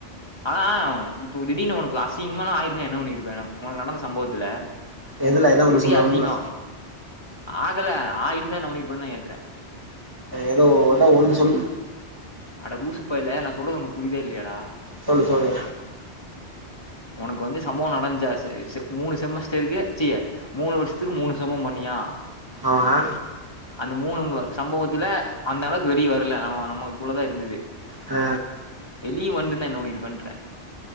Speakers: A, on the left; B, on the right.
A: ஆனா இப்போ திடீர்னு உனக்கு அசிங்கமாலா ஆயிருந்தா என்ன பண்ணிருப்பேனோ உனக்கு நடந்த சம்பவத்துல
B: எதுல ஏதோ ஒண்ணு
A: பெரிய
B: சொல்லுவோம்ல
A: அசிங்கோ ஆகல ஆயிருந்தா என்ன பண்ணி இருப்பன் தா கேக்குறே
B: ஏதோ ஏதோ ஒன்னு சொல்லு
A: அட லூசு பயல நா சொல்றது உனக்கு புரிதா இல்லயாடா
B: சொல்லு சொல்லு
A: உனக்கு வந்து சம்பவோ நடஞ்சா செ செ மூணு செமஸ்டருக்கு சீ மூணு வருஷத்துக்கு மூணு சம்பவம் பண்ணியா
B: ஆஆ
A: அந்த மூணு சம்பவத்துல அந்தளவுக்கு வெளிய வரல நம்ம நமக்குள்ளதா இருந்தது
B: அ
A: வெளிய வந்துனா என்ன பண்ணிருப்பன்றே